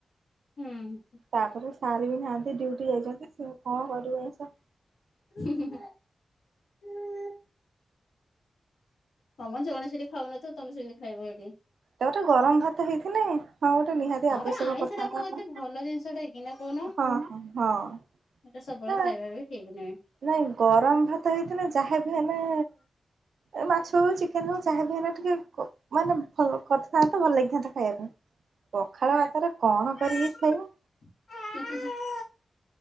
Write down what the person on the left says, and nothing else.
ହୁଁ।
ହୁଁ ହୁଁ ହୁଁ ହୁ ହଁମ ଜଣେ ସେଠି ଖାଉନଥବ, ତମେ ସେମିତି ଖାଇବ ସେଠି?
ତାପରେ
ଆଇଁଷଟା
କୋଉ ଏତେ ଭଲ ଜିନିଷଟା କି ନା କହୁନ?
ଏଟା ସବୁବେଳେ
ଖାଇବାବି ଠିକ୍ ନୁହେଁ।
ହୁଁ।
<unintelligible>